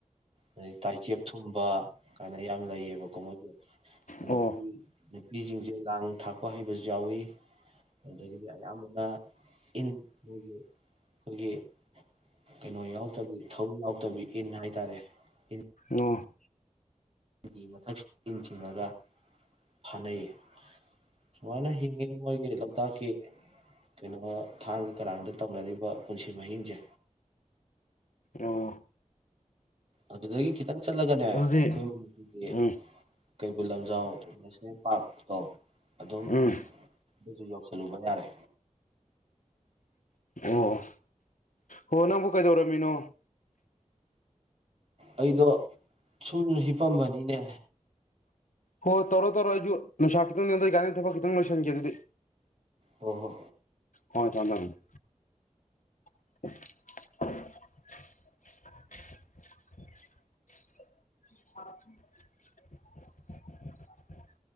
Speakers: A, on the right (about 50°); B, on the left (about 75°).
A: ꯑꯗꯩ ꯇꯥꯏꯆꯦꯞ ꯊꯨꯝꯕ ꯀꯥꯏꯅ ꯌꯥꯝ ꯂꯩꯌꯦꯕꯀꯣ ꯃꯣꯏꯒꯤ ꯅꯨꯄꯤ
B: ꯑꯣ
A: ꯅꯨꯄꯤꯁꯤꯡꯁꯦ ꯂꯥꯡ ꯊꯥꯛꯄ ꯍꯩꯕꯁꯨ ꯌꯥꯎꯋꯤ ꯑꯗꯒꯤꯗꯤ ꯑꯌꯥꯝꯕꯅ ꯏꯟ ꯃꯣꯏꯒꯤ ꯑꯩꯈꯣꯏꯒꯤ ꯀꯩꯅꯣ ꯌꯥꯎ ꯊꯧꯔꯤ ꯌꯥꯎꯗꯕꯤ ꯏꯟ ꯍꯥꯏꯇꯥꯔꯦ ꯏꯟ
B: ꯑꯣ
A: ꯒꯤ ꯃꯊꯛ ꯏꯟ ꯆꯤꯡꯉꯒ ꯐꯥꯅꯩꯌꯦ ꯁꯨꯃꯥꯏꯅ ꯍꯤꯡꯉꯤ ꯃꯣꯏꯒꯤ ꯂꯣꯛꯇꯥꯛꯀꯤ ꯀꯩꯅꯣ ꯊꯥꯡꯒ ꯀꯔꯥꯡꯗ ꯇꯧꯅꯔꯤꯕ ꯄꯨꯟꯁꯤ ꯃꯍꯤꯡꯖꯦ
B: ꯑꯣ
A: ꯑꯗꯨꯗꯒꯤ ꯈꯤꯇꯪ ꯆꯠꯂꯒꯅꯦ
B: ꯑꯗꯨꯗꯤ
A: ꯈꯣꯏ ꯃꯅꯤꯄꯨꯔꯒꯤ
B: ꯎꯝ
A: ꯀꯩꯕꯨꯜ ꯂꯝꯖꯥꯎ ꯅꯦꯁꯅꯦꯜ ꯄꯥꯔꯛꯇꯣ ꯑꯗꯨꯝ
B: ꯎꯝ
A: ꯑꯗꯨꯁꯨ ꯌꯧꯁꯜꯂꯨꯕ ꯌꯥꯔꯦ
B: ꯑꯣ ꯍꯣ ꯅꯪꯕꯨ ꯀꯩꯗꯧꯔꯝꯃꯤꯅꯣ
A: ꯑꯩꯗꯣ ꯁꯨꯝ ꯍꯤꯄꯝꯕꯅꯤꯅꯦ
B: ꯍꯣꯏ ꯇꯧꯔꯣ ꯇꯧꯔ ꯑꯩꯁꯨ ꯅꯨꯡꯁꯥ ꯈꯤꯇꯪ ꯅꯦꯝꯗꯩꯀꯥꯟ ꯊꯕꯛ ꯈꯤꯇꯪ ꯂꯣꯏꯁꯟꯒꯦ ꯑꯗꯨꯗꯤ
A: ꯍꯣ ꯍꯣ
B: ꯍꯣꯏ ꯊꯝ ꯊꯝꯃꯦ <inaudible> <inaudible> <inaudible>